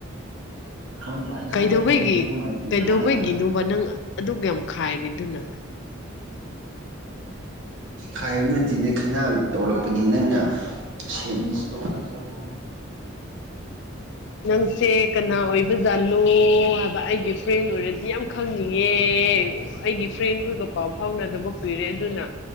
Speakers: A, on the right; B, on the left.
A: <unintelligible>
B: ꯀꯩꯗꯧꯕꯩꯒꯤ
A: ꯇꯧꯕꯗꯣ ꯅꯨꯡꯉꯥꯏꯇꯦꯗꯅ
B: ꯀꯩꯗꯧꯕꯩꯒꯤꯅꯣꯕ
A: ꯍꯥ
B: ꯅꯪ ꯑꯗꯨꯛ ꯌꯥꯝ ꯈꯥꯏꯔꯤꯗꯨꯅ
A: ꯍꯥꯏꯥꯏꯕ ꯅꯠꯇꯦꯅꯦ ꯈꯪꯅꯥ ꯇꯧꯔꯛꯄꯅꯤꯅ ꯅꯪꯅ ꯁꯦꯟꯁ ꯇꯣꯉꯥꯟꯅ ꯂꯧꯔꯦ
B: ꯅꯪꯁꯦ ꯀꯅꯥ ꯑꯣꯏꯕꯖꯥꯠꯅꯣ ꯍꯥꯏꯕ ꯑꯩꯒꯤ ꯐ꯭ꯔꯦꯟ ꯑꯣꯏꯔꯗꯤ ꯌꯥꯝ ꯈꯪꯅꯤꯡꯉꯦ ꯑꯩꯒꯤ ꯐ꯭ꯔꯦꯟ ꯈꯣꯏꯒ ꯄꯥꯎ ꯐꯥꯎꯅꯗꯕ ꯄꯤꯔꯦ ꯑꯗꯨꯅ